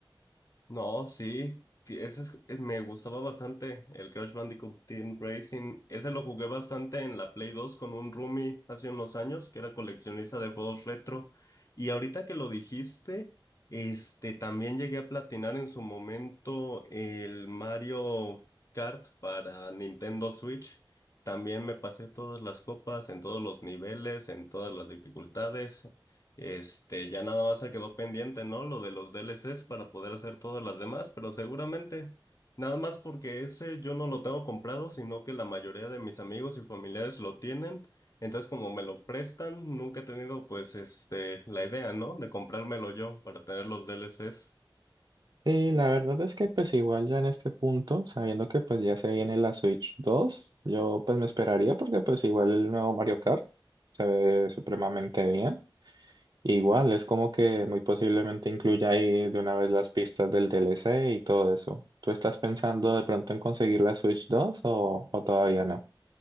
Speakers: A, on the left (about 40°); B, on the right (about 55°).
A: No, sí, que ese es- eh, me gustaba bastante el Crash Bandicoot Team Racing. Ese lo jugué bastante en la Play dos con un roomie hace unos años que era coleccionista de juegos retro. Y ahorita que lo dijiste, este también llegué a platinar en su momento el Mario Kart para Nintendo Switch. También me pasé todas las copas en todos los niveles, en todas las dificultades. Este, ya nada más se quedó pendiente, ¿no? Lo de los DLCs para poder hacer todas las demás, pero seguramente, nada más porque ese yo no lo tengo comprado, sino que la mayoría de mis amigos y familiares lo tienen. Entonces, como me lo prestan, nunca he tenido, pues, este, la idea, ¿no? De comprármelo yo para tener los DLCs.
B: Sí, la verdad es que pues igual ya en este punto, sabiendo que pues ya se viene la Switch dos yo pues me esperaría porque pues igual el nuevo Mario Kart se ve supremamente bien. Igual, es como que muy posiblemente incluya ahí de una vez las pistas del DLC y todo eso. ¿Tú estás pensando de pronto en conseguir la Switch 2 o, o todavía no?